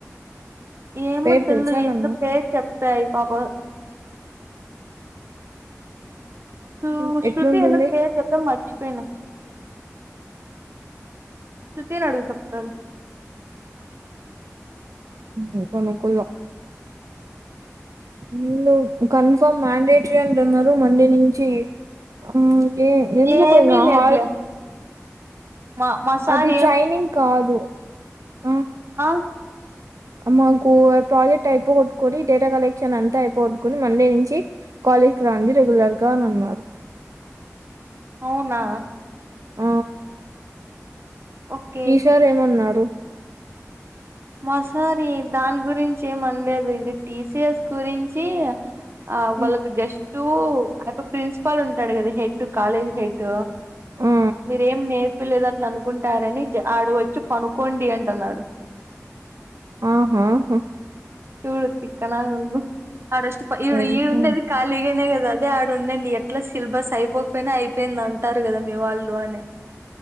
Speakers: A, on the right; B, on the right.
A: ఏమ
B: పేరు
A: తెల్లు
B: తెలుసా ఏమన్నా
A: ఇందు పేరు చెప్ప పేరి పాప శ్రు
B: మ్మ్. ఎట్లుంటుంది
A: శ్రృతి ఏందో పేరు చెప్పడం మర్చి పన్ చూతే రడు సకత
B: ఊ కొనుకుల్ల నీళ్ళు కన్ఫర్మ్ మ్యాండేటరీ అంటున్నారు మండే నుంచి ఆ
A: ఏమీ లేదులే మా మా సార్
B: అది ట్రైనింగ్ కాదు ఆ
A: ఆవ్
B: మాకు ప్రాజెక్ట్ అయిపోగొట్టుకొని డేటా కలెక్షన్ అంతా అయిపోగొట్టుకొని మండే నుంచి కాలేజ్ కి రండి రెగ్యులర్ గా అని అన్నారు
A: అవునా
B: ఆ
A: ఓకే
B: మీ షార్ ఏమన్నారు
A: మా సార్ ఈ దాని గురించి ఏం అనలేదు ఇది టీ సి ఎస్ గురించి ఆ వాళ్ళకు
B: ఉమ్,
A: జష్ టూ ఆ యప్ప ప్రిన్సిపాల్ ఉంటాడు కదా హెడ్ కాలేజ్ హెడ్
B: ఆ
A: మీరేం నేర్పీలేదా ట్ల అనుకుంటారని ఆడ వచ్చి పనుకోండి అంటన్నాడు
B: ఆహా హు
A: చూడు తిక్క నా కొడుకు ఆడొష్టిపా ఈడు
B: సరిపోయింది
A: ఈడుండేది ఖాళీగానే గ అదే ఆడ ఉండండి ఎట్లా సిలబస్ అయిపోకపోయినా అయిపోయింది అంటారు కదా మీ వాళ్ళు అని